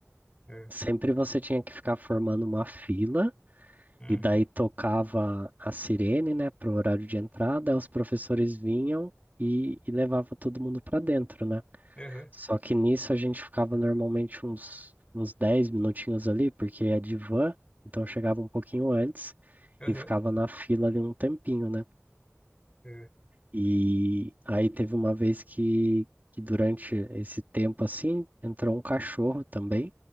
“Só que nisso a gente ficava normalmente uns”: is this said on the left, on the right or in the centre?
Right